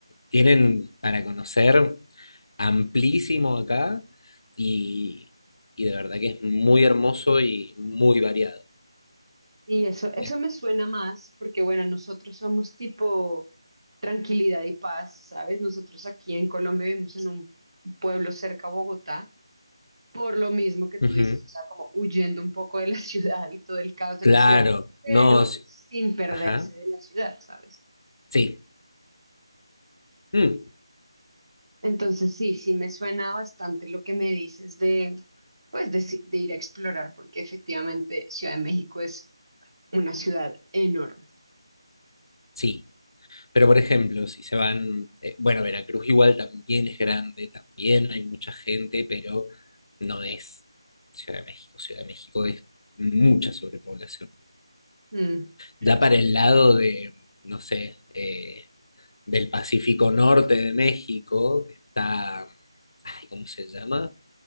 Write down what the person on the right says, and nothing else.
Y eso, eso
me suena más porque, bueno, nosotros somos tipo tranquilidad y paz, ¿sabes? Nosotros aquí en Colombia vivimos en un pueblo cerca a Bogotá, por lo mismo que tú
dices, o sea, como huyendo un poco de la <laughs> ciudad y todo el caos de
la ciudad, pero
sin perderse
de la ciudad, ¿sabes?
Entonces sí, sí me suena bastante lo que me dices de, pues, de, si- de ir a explorar, porque efectivamente Ciudad de México es una ciudad enorme.
Mm, Claro.